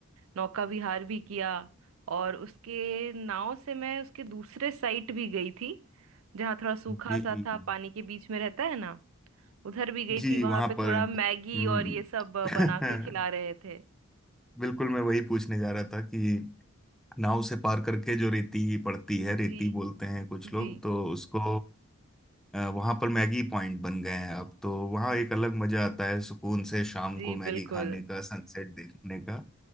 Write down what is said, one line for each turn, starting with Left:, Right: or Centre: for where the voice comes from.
Right: नौका विहार भी किया और उसके नाव से मैं उसके दूसरे साइड भी गई थी जहाँ थोड़ा सूखा
Centre: जी
Right: सा था पानी के बीच में रहता है ना उधर भी गई
Centre: जी
Right: थी वहां
Centre: वहां
Right: पे
Centre: पर
Right: थोड़ा मैगी
Centre: हम्म,
Right: और ये सब अ,
Centre: <laughs>
Right: बना के खिला रहे थे
Centre: बिल्कुल मैं वही पूछने जा रहा था कि नाव से पार करके जो रेती पड़ती
Right: जी
Centre: है रेती बोलते हैं कुछ लोग
Right: जी
Centre: तो उसको वहां पर मैगी पॉइंट बन गए हैं अब तो वहां एक अलग मजा आता है सुकून से शाम
Right: जी
Centre: को मैगी
Right: बिल्कुल
Centre: खाने का सनसेट देखने का